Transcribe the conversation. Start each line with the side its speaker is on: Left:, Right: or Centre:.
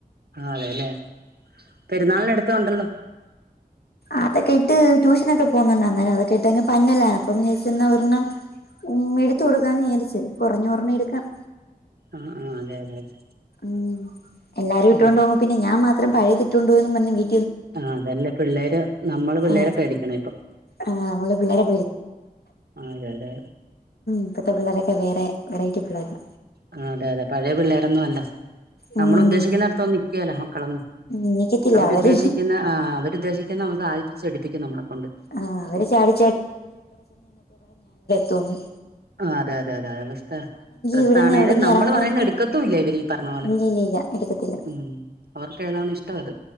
Right: അതേല്ലേ പെരുന്നാളിന് എടുത്തതുണ്ടല്ലോ
Left: അതൊക്കെയിട്ട് ട്യൂഷനൊക്കെ പോകുന്നുണ്ടാരുന്നു അതിട്ടെക്കങ്ങ് പന്നലാ കുറഞ്ഞപൈസൻ്റെ ഒരെണ്ണം ഉമ്മി എടുത്തു കൊടുക്കാന്ന് വിചാരിച്ച് കുറഞ്ഞൊരെണ്ണം എടുക്കണം
Right: ആ ആ അതെ അതെ അതെ
Left: ഉം എല്ലാരും
Right: ഉം
Left: ഇട്ടോണ്ടു പോകുമ്പേ പിന്നെ ഞാൻ മാത്ര ത്രം പഴേതിട്ടോണ്ടു പോയീന്ന് പറഞ്ഞ് വീ
Right: ആ തന്നെ പിള്ളേര്. നമ്മള്പിള്ളേരെ
Left: ആഹ്
Right: പേടിക്കണം ഇപ്പം
Left: ആഹ് നമ്മള് പിള്ളേരെ
Right: ആ അതെ അതെ
Left: ഇപ്പോഴത്തെ പിള്ളേരൊക്കെ വേറെ വെറൈറ്റി പിള്ളേരാ
Right: ആഹ് അതെ അതെ പഴയ പിള്ളേരൊന്നും അല്ല
Left: ഉം
Right: നമ്മള് ഉദ്ദേശിക്കുന്നിടത് ഒന്നും നിക്കേല മക്കളൊന്നും
Left: എണീക്കത്തില്ല
Right: അവരുദ്ദേശിക്കുന്ന
Left: അവര്
Right: ആ അവരുദ്ദേശിക്കുന്ന അവ സാധിച്ചെടുപ്പിക്കും നമ്മളെ കൊണ്ട്
Left: ആഹ് അവര് ചാടി തോന്നും
Right: ആഹ് അതെ അതെ അതെ റിസ്കാ പ്രശ്നണേലും
Left: ഇവിടുന്ന് എവിടെങ്കി
Right: നമ്മള്
Left: എറങ്ങണോങ്കി
Right: പറയുന്നത് എടുക്കത്തൂല്ലാ ഇവരീപറഞ്ഞാ ഞ്ഞപോലെ
Left: ഇല്ലില്ലില്ല എടുക്കത്തില്ല
Right: ഉം അവർക്കെതാന്ന് ഇഷ്ടവാ അത്